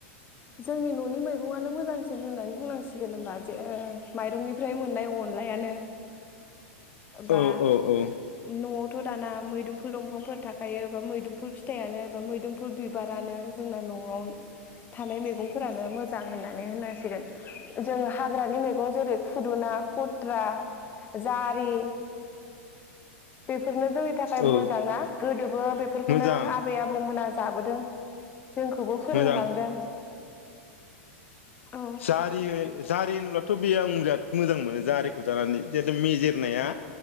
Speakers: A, on the left; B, on the left.
A: जोंनि न'नि मैगं आनो मोजांसिन होननानै बुंनांसिगोन होमबा जो माइरंनिफ्राय मोननाय अनलायानो बा
B: औ औ औ
A: न'आवथ' दाना मैदुमफुल दंफा बिफांफोर थाखायो बा मैदुमफुल फिथथायआनो बा मैदोमफुल बिब बिबारानो जोंना न'आव थानाय मैगंफोरानो मोजां होननानै होननांसिगोन जों हाग्रानि मैगं जेरै फुदुना, खुथ्रा, जारि बेब बेफोरनो जोंनि थाखाय
B: औ
A: मोजां ना गोदोबो बेफोरखौनो
B: मोजां
A: आबै आबौमोना जाबोदों। जोंखौबो फोरोंलांदों।
B: मोजां
A: औ
B: जारि जारि होनब्लाथ' बे आं बिराद मोजां मोनो जारिखौ जानानै जिहेतु मेजेरनाया